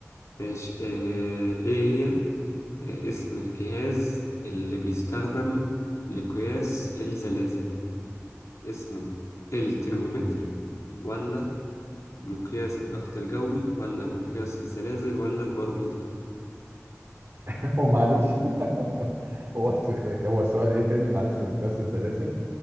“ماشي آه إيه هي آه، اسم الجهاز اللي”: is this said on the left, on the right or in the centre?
Left